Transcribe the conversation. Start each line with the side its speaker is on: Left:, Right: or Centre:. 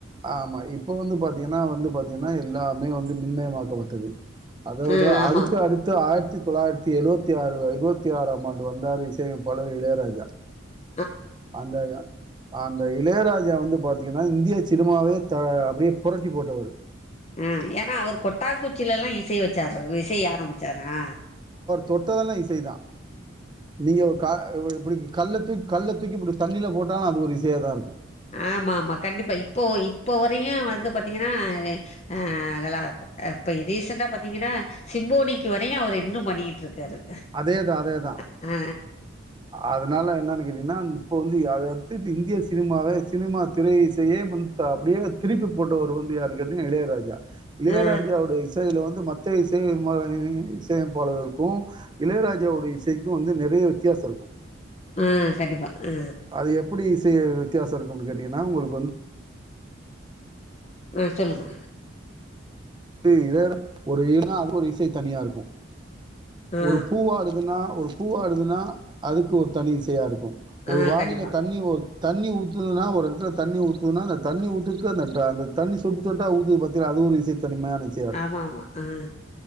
Right: ஆமா இப்ப வந்து பாத்தீங்கன்னா வந்து பாத்தீங்கன்னா எல்லாமே வந்து மின்மயமாக்கப்பட்டது அதோட
Left: ஆ ஆமா
Right: அதுக்கு
Left: ஆமா
Right: அடுத் த்து ஆயிரத்தி தொள்ளாயிரத்தி எழுவத்தி ஆறு எழுபத்தி ஆறாம் ஆண்டு வந்தாரு இசையமைபாலர் இளையராஜா
Left: உ
Right: அந்த அந்த இளையராஜா வந்து பாத்திங்கன்னா இந்திய சினிமாவே த அப்படியே புரட்டி போட்டவரு
Left: ஆ எனா அவரு கொட்டா குச்சிலலா இசை வெச்சாரு இசைய ஆரம்பிச்சாருங்க
Right: தொட்டதெல்லா இசைதா நீங்க க இப்டி கல்லத்துக் கல்லத்துக்கி இப்டி தண்ணில போட்டாலு அது ஒரு இசையாதா இருக்கு
Left: ஆமா ஆமா கண்டிப்பா இப்போ இப்போ வரையு வந்து பாத்தீங்கன்னா ஆ நல்லாக்கு அப்ப ரீசண்டா பாத்தீங்கன்னா சிம்போனிக்கு வரையு அவரு இன்னு பண்ணிகிட்டு இருக்காரு
Right: அதேதா அதேதா
Left: அ ஆ
Right: அதனால வந்து அன்னிக் என்னான் இப்போ வந்து அத அடுத்தது இந்திய சினிமாவே சினிமா திரை இசையே முன் ப அப்டியே திருப்பி போட்டவரு வந்து யாரு கேட்டிங்னா இளையராஜா இளையராஜாவுடைய
Left: ஆ
Right: இசைல வந்து மத்த இசை இசையமைப்பாளர்களுக்கு இளையராஜாவுடைய இசைக்கு வந்து நறைய வித்தியாசோ இருக்கு
Left: ஆ கண்டிப்பா ஆ
Right: அது எப்டி செய் வித்தியாசோ இருக்கும்னு கேட்டிங்கன்னா உங்களுக்கு வந்து
Left: ஆ சொல்லுங்க
Right: து இளையரா ஒரு <inaudible> அது ஒரு இசை தனியா இருக்கு
Left: ஆ
Right: ஒரு பூவாடுதுன்னா ஒரு பூவாடுதுன்னா அதுக்கு ஒரு தனி இசையா இருக்கு
Left: ஆ
Right: ஒரு வாளில
Left: கண்டிப்பா
Right: தண்ணி ஒ தண்ணி ஊத்துதுன்னா ஒரு எடத்துல தண்ணி ஊத்துதுன்னா அந்த தண்ணி ஊத்துக்கு அந்த அந்த தண்ணி சொட்டு சொட்டா ஊத்துது பாத்தீங்ளா அது ஒரு இசை தனி மேனேஜி
Left: ஆமா ஆமா ஆ